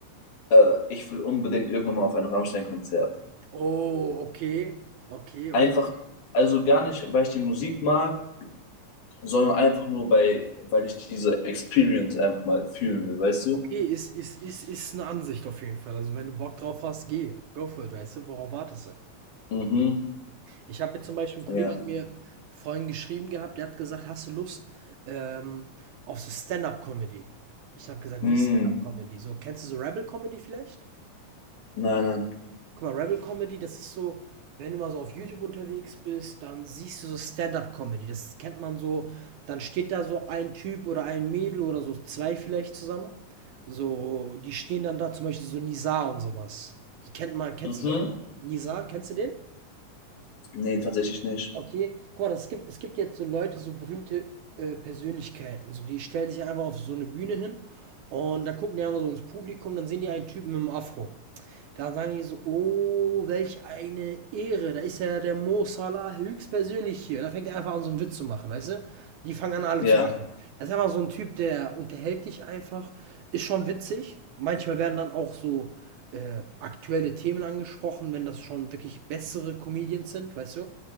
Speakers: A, on the left; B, on the right.
A: äh, ich will unbedingt irgendwann mal auf ein Rammstein-Konzert.
B: Oh, okay. Okay,
A: Einfach,
B: okay.
A: also gar nicht, weil ich die Musik mag, sondern einfach nur, weil, weil ich diese Experience einfach mal fühlen will, weißt du?
B: Okay, ist ist ist ist eine Ansicht auf jeden Fall. Also, wenn du Bock drauf hast, geh. Go for it, weißt du? Worauf wartest du?
A: Mhm,
B: Ich habe jetzt zum Beispiel ein Kollege
A: ja.
B: hat mir vorhin geschrieben gehabt, der hat gesagt: „Hast du Lust, ähm, auf so Stand-up Comedy?“ Ich habe gesagt:
A: Mm,
B: „Wie Stand-up Comedy?“ So, kennst du so Rebel Comedy vielleicht?
A: nein, nein.
B: Guck mal, Rebel Comedy, das ist so, wenn du mal so auf YouTube unterwegs bist, dann siehst du so Stand-up-Comedy. Das kennt man so. Dann steht da so ein Typ oder ein Mädel oder so zwei vielleicht zusammen. So, die stehen dann da, zum Beispiel so Nizar und sowas. Die kennt man, kennst
A: Mhm.
B: du so Nizar? Kennst du den?
A: Nee, tatsächlich nicht.
B: Okay, guck mal, das gibt, es gibt jetzt so Leute, so berühmte äh, Persönlichkeiten. So, die stellen sich einfach auf so eine Bühne hin und dann gucken die einfach so ins Publikum, dann sehen die einen Typen mit einem Afro. Da sagen die so: „Oh, welch eine Ehre, da ist ja der Mo Salah höchstpersönlich hier.“ Und dann fängt er einfach an, so einen Witz zu machen, weißt du? Die fangen an, alle
A: Ja,
B: zu lachen. Das ist einfach so ein Typ, der unterhält dich einfach, ist schon witzig. Manchmal werden dann auch so, äh, aktuelle Themen angesprochen, wenn das schon wirklich bessere Comedians sind, weißt du?